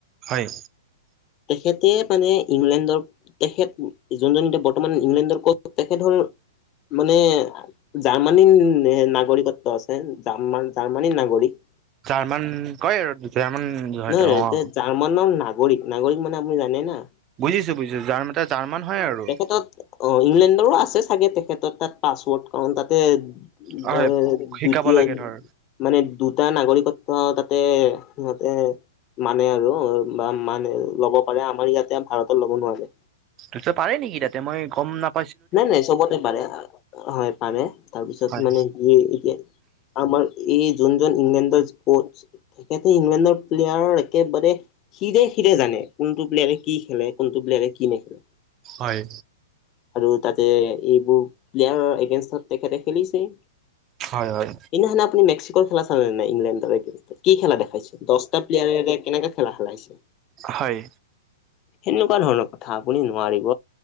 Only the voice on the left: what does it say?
তেখেতে মানে ইংলেণ্ডৰ তেখেত যোনজন এতিয়া বৰ্তমান ইংলেণ্ডৰ ক'ত তেখেত হ'ল মানে জাৰ্মানীৰ নাগৰিকত্ব আছে। জাৰমা-জাৰ্মানীৰ নাগৰিক।
নহয়-
নহয়। জাৰ্মানৰ নাগৰিক। নাগৰিক মানে আপুনি জানে না?
তেখেতত অ', ইংলেণ্ডৰো আছে চাগে, তেখেতৰ তাত পাছৱৰ্ড। কাৰণ তাতে <unintelligible>
দ্বিতীয়
মানে দুটা নাগৰিকত্ব তাতে এ মানে আৰু বা মানে ল'ব পাৰে। আমাৰ ইয়াতে ভাৰতত ল'ব নোৱাৰে।
নাই- নাই। চবতে পাৰে। হয়, পাৰে তাৰপিছত
মানে <unintelligible> এতিয়া আমাৰ ই যোনজন ইংলেণ্ডৰ কচ তেখেতে ইংলেণ্ডৰ প্লেয়াৰ একেবাৰে সিৰে-সিৰে জানে। কোনটো প্লেয়াৰে কি খেলে, কোনটো প্লেয়াৰে কি নেখেলে
আৰু তাতে এইবোৰ প্লেয়াৰৰ এগেনষ্টত তেখেতে খেলিছে।
<unintelligible> আপুনি মেক্সিকো খেলা চালে নে নাই ইংলেণ্ডৰ কি খেলা দেখিলে দচটা প্লেয়াৰে কেনেকা খেলা, খেলাইছে!
সেনেকুৱা ধৰণৰ কথা আপুনি নোৱাৰিব